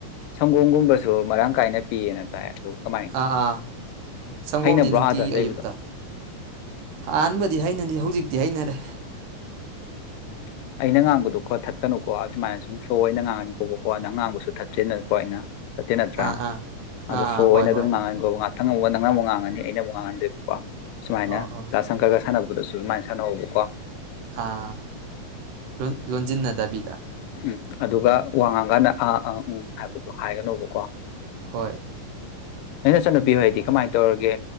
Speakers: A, on the left (about 85°); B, on the right (about 75°).
A: ꯁꯪꯒꯣꯝꯒꯨꯝꯕꯁꯨ ꯃꯔꯥꯡ ꯀꯥꯏꯅ ꯄꯤꯌꯦꯅ ꯇꯥꯏ ꯑꯗꯨ ꯀꯃꯥꯏ
B: ꯑꯥ ꯑꯥ ꯁꯪꯒꯣꯝꯗꯤ
A: ꯍꯩꯅꯕ꯭ꯔꯣ
B: ꯅꯨꯡꯇꯤꯒꯤ
A: ꯑꯥꯗ ꯂꯩꯕꯗꯣ
B: ꯑꯌꯨꯛꯇ ꯑꯍꯥꯟꯕꯗꯤ ꯍꯩꯅꯗꯤ ꯍꯧꯖꯤꯛ ꯌꯥꯏꯅꯦꯔꯦ
A: ꯎꯝ ꯑꯩꯅ ꯉꯥꯡꯕꯗꯣꯀꯣ ꯊꯠꯀꯅꯨꯀꯣ ꯑꯗꯨꯃꯥꯏꯅ ꯁꯨꯝ ꯐ꯭ꯂꯣꯅ ꯉꯥꯡꯉꯅꯤꯀꯀꯣ ꯅꯪ ꯉꯥꯡꯕꯁꯨ ꯊꯠꯇꯁꯦꯗꯅꯀꯣ ꯑꯩꯅ ꯆꯠꯇꯦ ꯅꯠꯇ꯭ꯔꯥ
B: ꯑꯥ ꯑꯥ
A: ꯑꯗ
B: ꯑꯥ ꯑꯥ
A: ꯁꯣ ꯑꯣꯏꯅ
B: ꯍꯣꯏ
A: ꯑꯗꯨꯝ
B: ꯍꯣꯏ
A: ꯉꯥꯡꯍꯟꯈ ꯉꯥꯛꯇ ꯊꯪꯉꯨ ꯅꯪꯅꯕ ꯉꯥꯡꯉꯅꯤ ꯑꯩꯅꯕꯨ ꯉꯥꯡꯍꯟꯗꯣꯏꯕꯀꯣ ꯁꯨꯃꯥꯏꯅ
B: ꯑꯣ ꯑꯣ
A: ꯇ ꯁꯪꯀꯔꯒ ꯁꯅ ꯑꯗꯨꯗꯁꯨ ꯁꯨꯃꯥꯏꯅ ꯁꯥꯟꯅꯕꯀꯣ
B: ꯑꯥ ꯂ ꯂꯣꯟꯁꯤ ꯅ ꯗꯗꯥꯕꯤꯗ
A: ꯎꯝ ꯑꯗꯨꯒ ꯋꯥ ꯉꯥꯡꯀꯥꯟꯗ ꯑꯥ ꯑꯥ ꯎꯪ ꯍꯥꯏꯕꯗꯨꯣ ꯍꯥꯏꯒꯅꯣꯕꯀꯣ
B: ꯍꯣꯏ
A: ꯅꯪ ꯅꯆꯠꯟꯅꯨꯄꯤ ꯍꯣꯏꯗꯤ ꯀꯃꯥꯏꯅ ꯇꯧꯔꯒꯦ